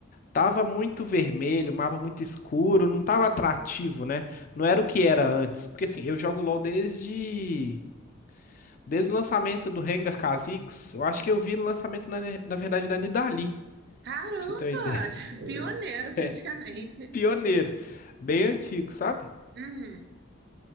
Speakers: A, on the left (about 40°); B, on the right (about 50°).
A: Tava muito vermelho, o mapa muito escuro, não tava atrativo, né? Não era o que era antes. Porque assim, eu jogo LoL desde desde o lançamento do Rengar Kha'Zix. Eu acho que eu vi o lançamento na, na verdade da Nidalee,
B: Caramba!
A: pra você ter uma ideia.
B: <laughs>
A: <laughs>
B: Pioneiro praticamente.
A: É, Pioneiro, bem antigo, sabe?
B: Uhum.